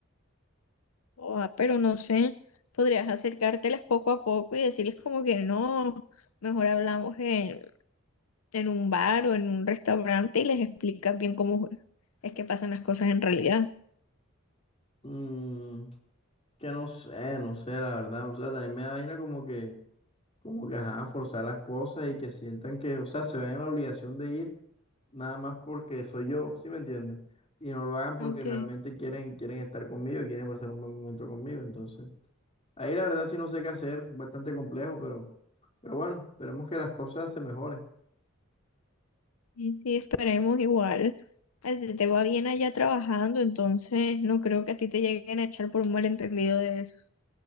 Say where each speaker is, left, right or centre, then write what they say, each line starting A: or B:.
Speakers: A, on the left; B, on the left.
A: Oh, pero no sé, podrías acercártelas poco a poco y decirles como que no, mejor hablamos en, en un bar o en un restaurante y les explicas bien cómo es que pasan las cosas en realidad.
B: Mm, que no sé, no sé, la verdad. O sea, también me da vaina como que, como que, ajá, forzar las cosas y que sientan que, o sea, se ven en la obligación de ir. nada más porque soy yo, ¿sí me entiendes? Y no lo hagan porque
A: Ok,
B: realmente quieren, quieren estar conmigo y quieren pasar un buen momento conmigo. Entonces, ahí la verdad sí no sé qué hacer, bastante complejo, pero, pero bueno, esperemos que las cosas se mejoren.
A: y sí, esperemos igual. A ti te va bien allá trabajando, entonces no creo que a ti te lleguen a echar por un malentendido de eso.